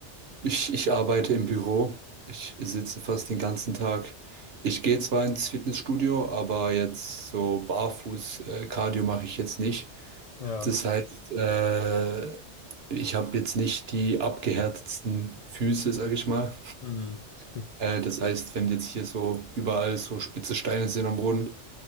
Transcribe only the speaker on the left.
Ja.
Mhm. <laughs>